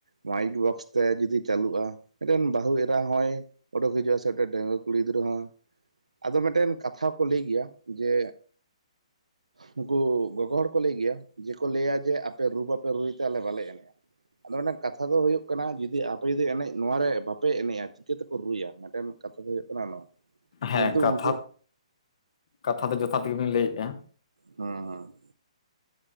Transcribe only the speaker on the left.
ᱦᱮᱸ
ᱠᱟᱛᱷᱟ,
ᱠᱟᱛᱷᱟ ᱫᱚ ᱡᱚᱛᱷᱟ ᱫᱚ ᱜᱮᱵᱤᱱ ᱞᱮᱭᱮᱜ-ᱟ᱾